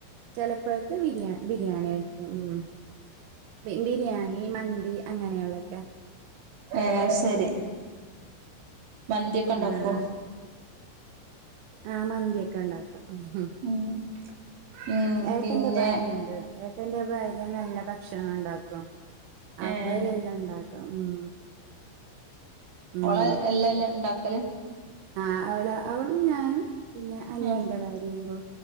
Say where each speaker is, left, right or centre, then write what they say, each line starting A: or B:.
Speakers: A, on the right; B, on the right.
A: ചെലപ്പഴ് ന്ന് ബിരിയാണി ബിരിയാണി വെയിക്കും ഉം ഉം ബി ബിരിയാണി മന്തി അങ്ങനെയുള്ളൊക്കെ
B: ഏഹ് ശരി മന്തിയൊക്കെ ഇണ്ടാക്കോ?
A: ആഹ് ആഹ് മന്തിയൊക്കെ ഇണ്ടാക്കും ഹ്മ്
B: ഉം
A: ഹ്
B: ഉം
A: ഏട്ടന്റെ
B: പിന്നെ
A: ഭാര്യണ്ട്. ഏട്ടന്റെ ഭാര്യ നല്ല ഭക്ഷണം ഉണ്ടാക്കും. അവരെല്ലാം
B: ഏഹ്
A: ഇണ്ടാക്കും ഉം. ഉം
B: ഓളാ എല്ലഎല്ലാം ഇണ്ടാക്കല്
A: ആഹ് അവള് അവളും ഞാനും പിന്നെ അനിയന്റെ
B: ആഹ്
A: ഭാര്യയും കു